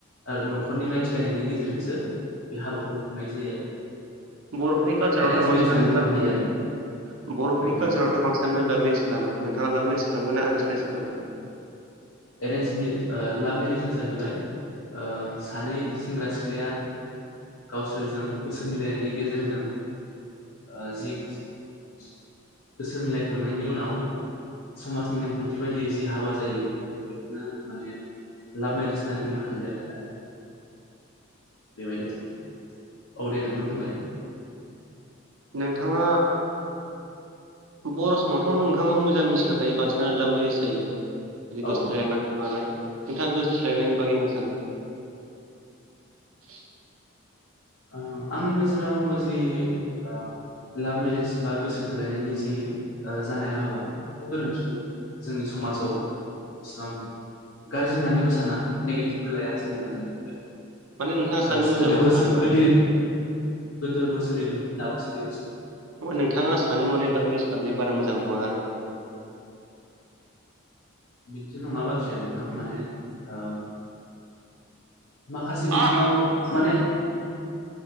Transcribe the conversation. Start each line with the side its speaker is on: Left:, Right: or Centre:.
Left: आरो न'खरनि रायथिलायनायनि गेजेरजोंसो बे हाबाखौ खुंनाय जायो आरो।
Right: बर'फोरनि कालसारावथ'
Left: एरेन्ज
Right: बांसिनानो
Left: मेरिज होननानै बुंनो
Right: लाभमेरिस
Left: हायो आरो
Right: बर'फोरनि
Left: औ
Right: कालसारावथ' बांसिनानो लाभमेरिस खालामो नोंथाङा लाभमेरिस खालामगोन ना एरिनस मेरिस खालामगोन
Left: एरेन्ज मेरि ओ लाभ मेरिजा जाहैबाय ओ सानै सेंग्रा सिख्लाया गावसोरजों गोसो मिलायनायनि गेजेरजों ओ जि गोसो मिलायखांनायनि उनाव समाजनि नेमखान्थि बायदियै जि हाबा जायो। बेखौनो माने लाभ मेरिस होननानै बुंनो हायो आरो बेबायदि आरो औ दे नोंथां बुंलाय
Right: नोंथाङा बर' समावथ' नोंथाङा मोजां मिथिखाखायो बांसिनानो लाभ मेरिस जायो इदि
Left: औ
Right: गोसो थोलाय मानाय नोंथाङा गोसो सोलायनायनि बागै मा सानो <unintelligible>
Left: आं आंनि नोजोराव जि ओ लाभ मेरिस बा गोसो थोलायनायनि जि ओ जानाय हाबा बेखौ गोरोन्थि नुवा जोंनि समाजाव माने बेसेबां गाज्रि होननानैबो साना नेगेटिभबो लाया जेनेबा जोङो।
Right: माने नोंथाङा सानो
Left: ओ
Right: मोजां
Left: गोदोबो
Right: नङा होननानै
Left: सो गोदो गोदोबो सोलिदोंमोन दाबो सोलिगासिनो दङ।
Right: थ नोंथाङा सानो माने लाब मेरिज खालामबनाया बारा मोजां नङा आरो
Left: <unintelligible> बिदि नङा बाथ्राया नोंथां माने ओ माखासे बिथिङाव
Right: आ
Left: माने